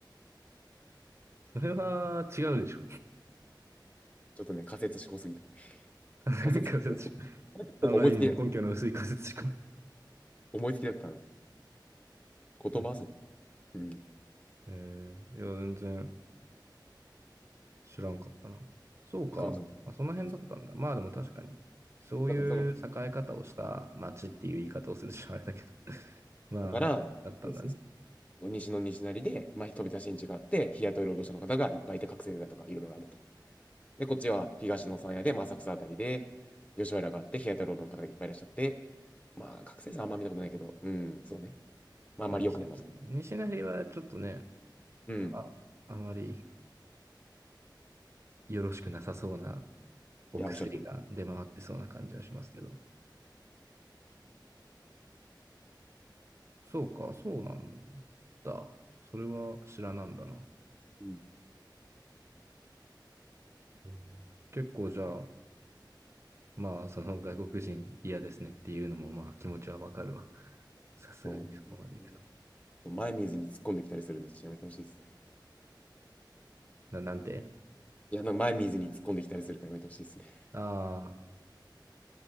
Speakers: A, on the right; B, on the left.
A: <laughs> それは違うでしょ。
B: ちょっとね、仮説しこすぎた。
A: <laughs>
B: 仮説、
A: 仮説しか。あまりにも根拠の薄い仮説しか。
B: 思いつきだよ。思いつきだったの。言葉遊び。
A: はい
B: うん。っ
A: えー、いや、全然。知らんかったな。そうか。
B: て感じです。
A: あ、その辺だったんだ。まあでも確かに、そういう栄え方をした町っていう言い方をするしあれだけど。
B: だから、だか
A: <laughs> まあ、
B: らそうそうそ
A: だったんだね。
B: う西の西成で、まあ、飛び出しに違って、日雇い労働者の方がいっぱいいて、覚醒剤とかいろいろあると。で、こっちは東の山屋で、まあ、浅草あたりで、吉原があって、日雇い労働の方がいっぱいいらっしゃって、まあ、覚醒剤あんま見たことないけど、うん、そうね。まあ、あんまり良くない街。
A: まあ、西、西成はちょっとね、
B: うん。
A: あ、あまりよろしくなさそうなお薬が出回ってそうな感じはしますけど。
B: いや、おっしゃる通り。
A: そうか、そうなんだ。それは知らなんだな。
B: うん、
A: うん結構じゃあ、まあ、その外国人嫌ですねっていうのも、まあ気持ちはわかるわ。さすがにそこまで行くと。
B: そうね。前水に突っ込んできたりするんで、ちっやめてほしいです。
A: な、なんて
B: いや、なんか前見ずに突っ込んできたりするからやめてほしいですね。
A: ああー、